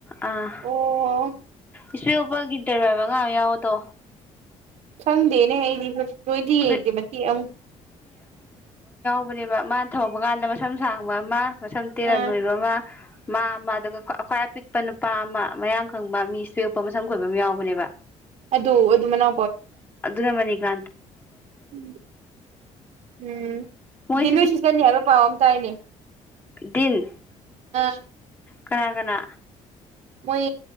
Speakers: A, on the left; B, on the right.
A: ꯑꯥ
B: ꯑꯣ
A: ꯏꯁꯄꯦ ꯎꯣꯛꯄꯒꯤ ꯗꯔꯕꯥꯏꯕ ꯉꯥ ꯌꯥꯎꯗꯣ
B: ꯈꯪꯗꯦꯅꯦ ꯑꯩꯗꯤ ꯂꯣꯏꯗꯤ
A: ꯐꯨꯔꯤꯠ
B: ꯌꯦꯡꯒꯦ ꯃꯇꯦꯛ ꯑꯃꯨꯛ
A: ꯇꯧꯕꯅꯦꯕ ꯃꯥꯅ ꯊꯄ ꯀꯥꯟꯗ ꯃꯁꯝ ꯁꯥꯡꯕ ꯑꯃ ꯃꯁꯝ ꯇꯦꯔ
B: ꯑꯥ
A: ꯅꯣꯏꯕ ꯑꯃ ꯃꯥ ꯑꯃ ꯑꯗꯨꯒ ꯑꯩ꯭ꯋꯥꯏ ꯑꯄꯤꯛꯄ ꯅꯨꯄꯥ ꯑꯃ ꯃꯌꯥꯡ ꯈꯪꯕ ꯃꯤ ꯁꯣꯛꯄ ꯃꯁꯪ ꯈꯣꯏꯕ ꯑꯃ ꯌꯥꯎꯕꯅꯦꯕ
B: ꯑꯗꯨ ꯑꯗꯨ ꯃꯅ
A: ꯑꯗꯨ ꯅ ꯃꯅꯤꯒ
B: ꯎꯝ ꯎꯝ
A: ꯃꯣꯏ
B: ꯗꯤ ꯅꯣꯏ ꯁꯤꯇꯅꯤ ꯍꯥꯏꯕ ꯄꯥꯎ ꯑ ꯇꯔꯤꯅꯦ
A: ꯗꯟ
B: ꯎ
A: ꯀꯅꯥ ꯀꯅꯥ
B: ꯃꯣꯏ